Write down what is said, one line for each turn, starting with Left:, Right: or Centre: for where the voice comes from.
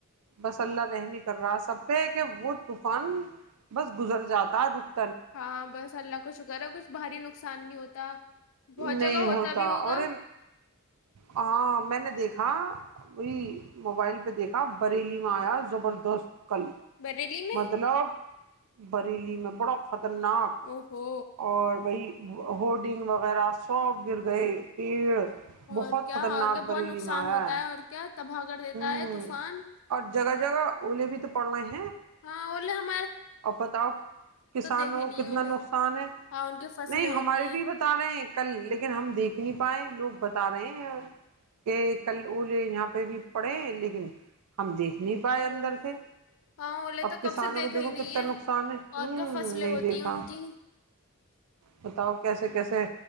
Right: بس اللہ رحمی کر راس سبتے ہے کہ وہ طوفان بس گزر جاتا ہے رک
Left: ہاں بس اللہ کچھ کرا کچھ بھاری نقصان بھی ہوتا بہت
Right: نہیں
Left: جگہ ہوتا بھی ہوگا
Right: اور ہاں میں نے دیکھا وہی موبائل پہ دیکھا بریلی میں آیا زبردست کل
Left: بری لی میں
Right: مطلب بریلی میں بڑا خطرناک
Left: او ہو
Right: اور وہی ہوڈنگ وغیرہ سب گر گئے پیڑ بہت
Left: اور کیا
Right: خطرناک
Left: اور کیا
Right: بریلی
Left: بہت نقصان
Right: میں آیا
Left: ہوتا ہے اور کیا تباہ کر دیتا
Right: ہ
Left: ہے طوفان
Right: اور جگہ جگہ اے بھی تو پڑنا ہی
Left: ہاںے ہم
Right: ا بتاؤ کسانوں
Left: دیکھے نہیں
Right: کتنا
Left: اولے
Right: نقصان ہے
Left: ہاں ان کی فصلیں
Right: نہیں
Left: ہوتی
Right: ہمارے
Left: ہیں
Right: بھی بتا رہے ہیں کل لیکن ہم دیکھ نہیں پائے لوگ بتا بتا رہے ہیں کہ کل وہ لے یہاں پہ بھی پڑے لیکن ہم دیک نہیں پائے
Left: او
Right: اندر سے
Left: ہاں اولے
Right: اب
Left: تو
Right: کسانوں
Left: کب سے دیکھا
Right: کو دیکو
Left: ہی
Right: کتنے
Left: نہیں ہے
Right: ت نقصان ہے ہوں
Left: اور کیا فصلیں
Right: نہیں
Left: ہوتی
Right: دیکھا
Left: ہیں ان کی
Right: بتاؤ کیسے کیسے